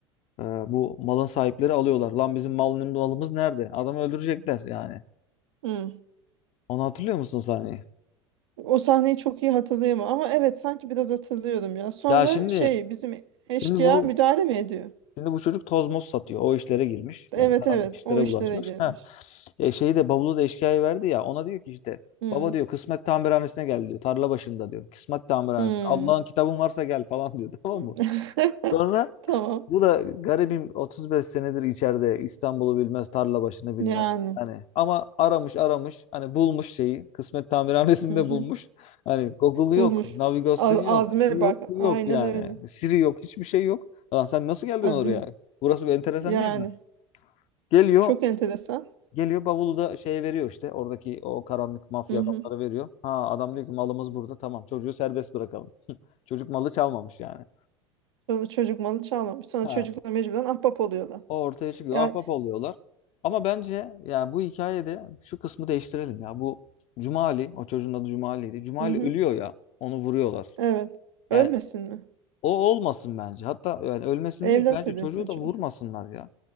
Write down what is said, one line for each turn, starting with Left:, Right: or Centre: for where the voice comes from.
Left: Ee, bu malın sahipleri alıyorlar. Lan bizim malın malımız nerede? Adamı öldürecekler yani.
Right: Hı.
Left: Onu hatırlıyor musun o sahneyi?
Right: O sahneyi çok iyi hatırlayamam ama evet sanki biraz hatırlıyorum ya. Sonra
Left: Ya şimdi
Right: şey bizim eşkıya
Left: şimdi bu
Right: müdahale mi ediyor?
Left: şimdi bu çocuk tozmos satıyor. O işlere girmiş.
Right: Evet
Left: Yani karanlık
Right: evet
Left: işlere
Right: o işlere
Left: bulaşmış.
Right: girmiş.
Left: Ha. E, şeyi de bavulu da eşkıya verdi ya. Ona diyor ki işte
Right: Hmm.
Left: baba diyor kısmet tamirhanesine gel diyor. Tarla başında diyor. Kısmet tamirhanesi.
Right: Hmm.
Left: Allah'ın kitabın varsa gel falan diyor. <laughs> Tamam
Right: <laughs>
Left: mı? Sonra
Right: Tamam.
Left: Bu da garibim 35 senedir içeride İstanbul'u bilmez, tarla başını bilmez.
Right: Yani.
Left: Hani ama aramış aramış hani bulmuş şeyi. Kısmet tamirhanesinde
Right: Hı-hı.
Left: bulmuş. Hani Google
Right: Bulmuş.
Left: yok, navigasyon
Right: Az,
Left: yok,
Right: azme
Left: şu yok,
Right: bak.
Left: bu
Right: Aynen
Left: yok yani.
Right: öyle.
Left: Siri yok, hiçbir şey yok. Lan sen nasıl geldin
Right: Azim.
Left: oraya? Burası bir enteresan
Right: Yani.
Left: değil mi? Geliyor,
Right: Çok enteresan.
Left: geliyor bavulu da şeye veriyor işte. Oradaki o karanlık mafya
Right: Hı-hı.
Left: adamları veriyor. Ha adam diyor ki malımız burada tamam çocuğu serbest bırakalım. <laughs> Çocuk malı çalmamış yani.
Right: çocuk malı çalmamış. Sonra
Left: Ha.
Right: çocuklar mecburen ahbap oluyorlar.
Left: O ortaya çıkıyor.
Right: Yani.
Left: Ahbap oluyorlar. Ama bence yani bu hikayede şu kısmı değiştirelim ya. Bu Cumali, o çocuğun adı Cumali'ydi. Cumali
Right: Hı-hı.
Left: ölüyor ya. Onu vuruyorlar.
Right: Evet. Ölmesin
Left: Yani
Right: mi?
Left: o olmasın bence. Hatta yani ölmesin
Right: Evlat
Left: değil. Bence
Right: edinsin
Left: çocuğu da
Right: çocuğu.
Left: vurmasınlar ya.